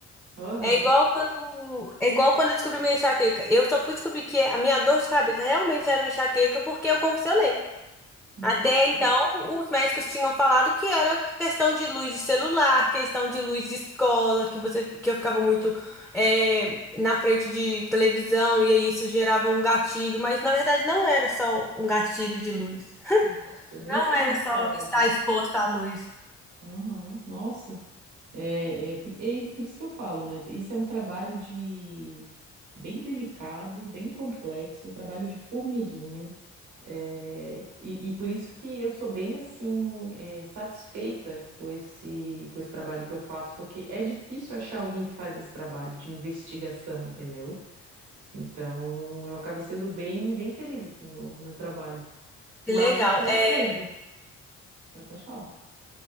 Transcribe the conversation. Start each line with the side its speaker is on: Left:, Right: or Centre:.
Right: Aham.
Centre: É igual quando, é igual quando eu descobri minha enxaqueca. Eu só fui descobrir que a minha dor de cabeça realmente era uma enxaqueca porque eu convulsionei.
Right: Nossa,
Centre: Até então, os médicos tinham falado que era questão de luz de celular, questão de luz de escola, que você, que eu ficava muito é, na frente de televisão e aí isso gerava um gatilho, mas na verdade não era só um gatilho de luz.
Right: nossa, eu nem
Centre: Não
Right: tinha
Centre: era
Right: ouvido
Centre: só
Right: falar
Centre: estar
Right: disso.
Centre: exposta à luz.
Right: Aham, Nossa. É, é, por é por isso que eu falo, né? Isso é um trabalho de bem delicado, bem complexo, um trabalho de formiguinha. É, e, e por isso que eu sou bem assim, é, satisfeita com esse, com esse trabalho que eu faço, porque é difícil achar alguém que faz esse trabalho de investigação, entendeu? Então, eu acabo sendo bem, bem feliz assim no, no meu trabalho.
Centre: Que
Right: Mas
Centre: legal.
Right: é aquela
Centre: É,
Right: coisa. Ah, Pode falar.